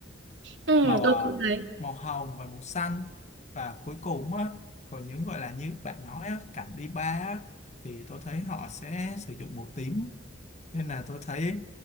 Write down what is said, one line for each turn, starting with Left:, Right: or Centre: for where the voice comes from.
Right: Ừ.
Left: màu
Right: Tôi
Left: à,
Right: cũng thấy
Left: màu hồng và màu xanh và cuối cùng á còn những gọi là như bạn nói á, cảnh đi ba á, thì tôi thấy họ sẽ sử dụng màu tím nên là tôi thấy